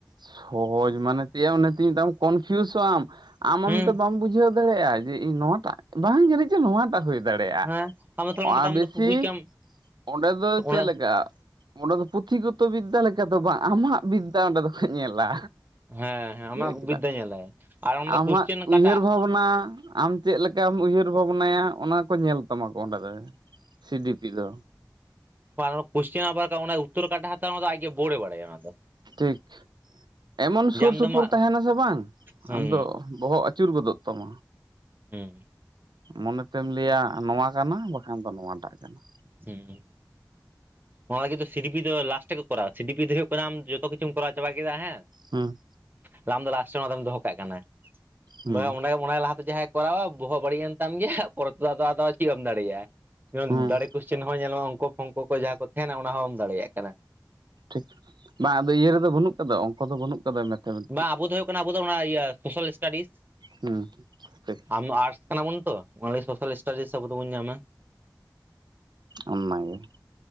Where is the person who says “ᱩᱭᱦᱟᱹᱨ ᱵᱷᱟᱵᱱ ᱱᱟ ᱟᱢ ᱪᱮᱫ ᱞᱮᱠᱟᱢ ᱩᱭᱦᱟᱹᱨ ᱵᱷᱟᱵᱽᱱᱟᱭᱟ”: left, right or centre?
Right